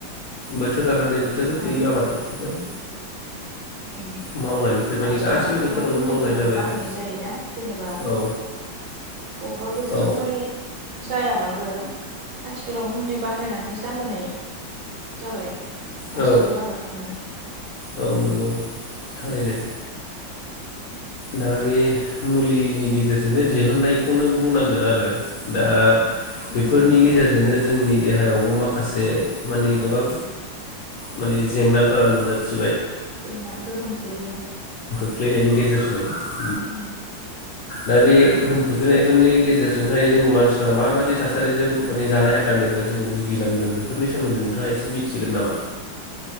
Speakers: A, on the left; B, on the right.
A: बोथोर ला लानानै बोथोर
B: आरो
A: बै आबादफोरखौहाय
B: उम
A: मावनायनिफ्राय माने
B: आथिखालाव
A: गासैबो
B: गोबां
A: बोथोरावनो
B: मुलिफोरबो
A: मावनाय जाबाय
B: बाहायनाय
A: आरो
B: जायोना जेनेबा
A: औ
B: अबबा बोथ
A: औ
B: थोरावहाय जायाबाबो आथिखालाव मुलि बाहायनानै जाहोनाय जाबाय गाससिबो
A: औ
B: आबादखौनो
A: औ
B: उम।
A: नंगौ थारैनो दा बे मुलिनि गेजेरजोंनो दिहुननायखौनो बुंनांगोन आरो दा बेफोरनि
B: उम उम
A: गेजेरजोंनो जोंनि देहायावबो माखासे मानि गोबां माने जेंनाफोरा नुजाथि
B: जेंना गोहोम खोलैयो
A: खोलैनायनि गेजेरजों जों
B: उम
A: दा बे गोहोम खोख्लैनायफोरनि गेजेरजोंहाय जोंनि मानसिफोरा माबायदि थासारिजों माने जानाय आदारनिफ्राय जोङो भुगिनांदों बेफोरनि सोमोन्दै नोंथाङा एसे मिथिगोन नामा?